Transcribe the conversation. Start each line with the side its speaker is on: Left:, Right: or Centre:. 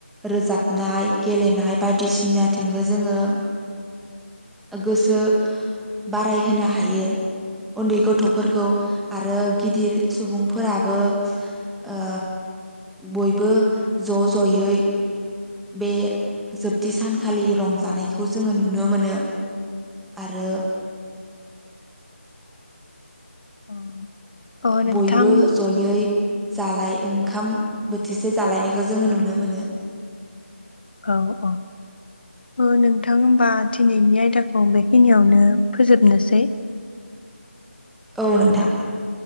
Centre: रोजाबनाय गेलेनाय बायदिसिनाथिंबो जोङो गोसो बारायहोनो हायो उन्दै गथफोरखौ आरो गिदिर सुबुंफोराबो ओ बयबो ज जयै बे जोबथि सानखालि रंजानायखौ जोङो नुनो मोनो आरो
Left: अ
Centre: ओ
Left: अ नोंथां
Centre: बयबो जयै जालाय ओंखाम बोथिसे जालायनायखौ जोङो नुनो मोनो।
Left: औ औ ओ नोंथां होमबा दिनैनि आयदाखौ बेखिनियावनो फोजोबनोसै
Centre: औ नोंथां